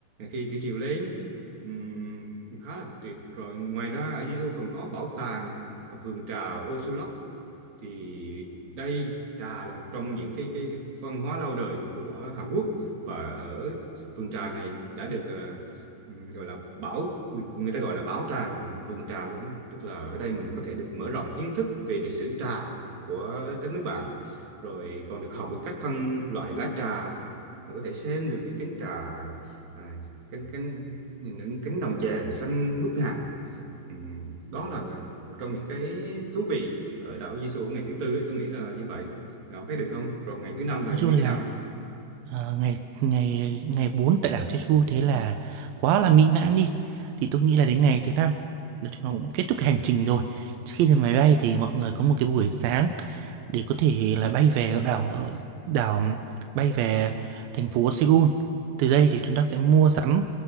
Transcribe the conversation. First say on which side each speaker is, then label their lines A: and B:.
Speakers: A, on the right (about 45°); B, on the right (about 75°).
A: khi thủy triều lên ừm, khá là tuyệt rồi ngoài ra ở Di còn có bảo tàng vườn trà ô số thì đây trà là một trong những cái cái văn hóa lâu đời của Hàn Quốc và ở vườn trà này đã được ờ, ừm, gọi là bảo người ta gọi là bảo tàng vườn trà luôn ấy. Tức là ở đây mình có thể được mở rộng kiến thức về lịch sử trà của đất nước bạn rồi còn được học được cách phân loại lá trà rồi có thể xem được những cánh trà à, cánh cánh những cánh đồng chè là xanh ngút ngàn Ừm, đó là một trong những cái thú vị ở đảo Jesu ngày thứ tư ấy, tôi nghĩ là như vậy. Bạn thấy được không? Còn ngày thứ năm là
B: nói
A: như
B: chung là
A: thế nào?
B: Ờ, ngày ngày ngày 4 tại đảo Jeju thế là quá là mỹ mãn đi thì tôi nghĩ là đến ngày thứ năm nói chung là cũng kết thúc cái hành trình rồi trước khi lên máy bay thì mọi người có một cái buổi sáng để có thể là bay về đảo ờ, đảo bay về thành phố Seoul từ đây thì chúng ta sẽ mua sắm